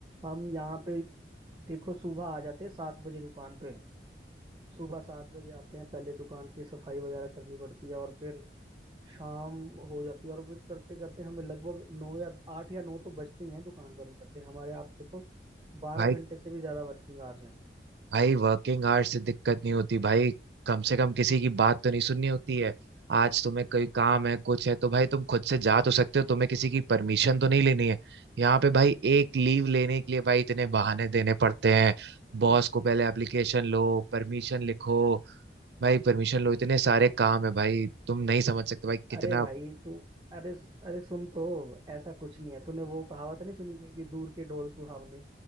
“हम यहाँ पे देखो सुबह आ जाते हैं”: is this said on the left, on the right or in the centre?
Right